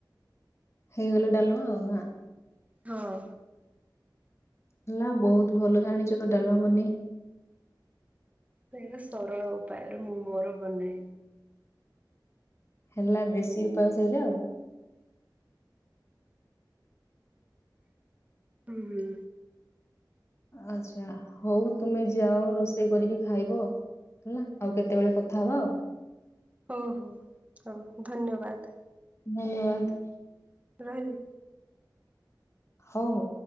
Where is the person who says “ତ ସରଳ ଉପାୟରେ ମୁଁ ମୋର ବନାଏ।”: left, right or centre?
Right